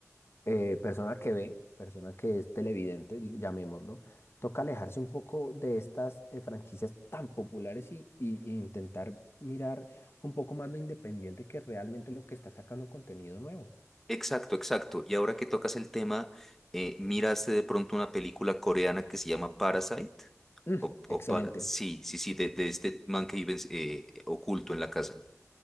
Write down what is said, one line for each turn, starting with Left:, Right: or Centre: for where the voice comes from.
Left: eh, persona que ve, persona que es televidente, di- llamémoslo, toca alejarse un poco de estas eh, franquicias tan populares y, y- e intentar mirar un poco más lo independiente que realmente lo que está sacando contenido nuevo.
Centre: Exacto, exacto. Y ahora que tocas el tema, eh, ¿miraste de pronto una película coreana que se llama Parasite?
Left: Mm,
Centre: O,
Left: excelente,
Centre: o para... Sí, sí, sí, de, de este man que vive en- eh, oculto en la casa.